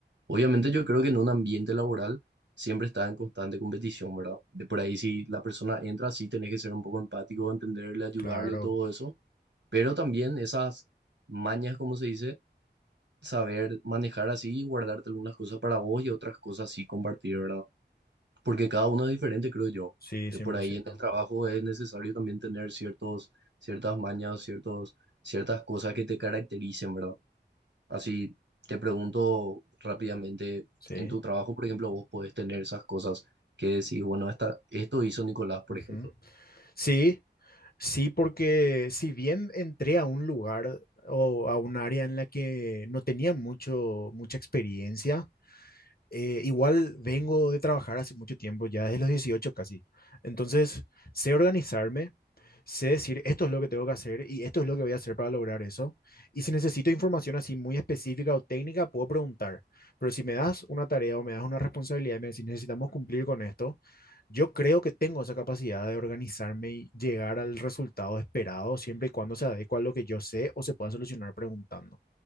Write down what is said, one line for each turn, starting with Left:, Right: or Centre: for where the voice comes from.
Right: Obviamente yo creo que en un ambiente laboral siempre está en constante competición, ¿verdad? De por ahí si la persona entra, sí tenés que ser un poco empático, entenderle, ayudarle,
Left: claro.
Right: todo eso, pero también esas mañas, como se dice, saber manejar así y guardarte algunas cosas para vos y otras cosas sí compartir, ¿verdad? Porque cada uno es diferente, creo yo.
Left: Sí,
Right: De
Left: cien
Right: por
Left: por
Right: ahí
Left: ciento.
Right: en el trabajo es necesario también tener ciertos, ciertas mañas, ciertos, ciertas cosas que te caractericen, ¿verdad? Así te pregunto rápidamente,
Left: Sí.
Right: en tu trabajo, por ejemplo, vos podés tener esas cosas que decís, bueno, esta, esto hizo Nicolás, por
Left: Ujú.
Right: ejemplo.
Left: Sí, Sí, porque si bien entré a un lugar o a un área en la que no tenía mucho, mucha experiencia, eh, igual vengo de trabajar hace mucho tiempo, ya desde los 18 casi. Entonces, sé organizarme, sé decir esto es lo que tengo que hacer y esto es lo que voy a hacer para lograr eso. Y si necesito información así muy específica o técnica, puedo preguntar. Pero si me das una tarea o me das una responsabilidad y me decís necesitamos cumplir con esto, yo creo que tengo esa capacidad de organizarme y llegar al resultado esperado siempre y cuando se adecua a lo que yo sé o se pueda solucionar preguntando.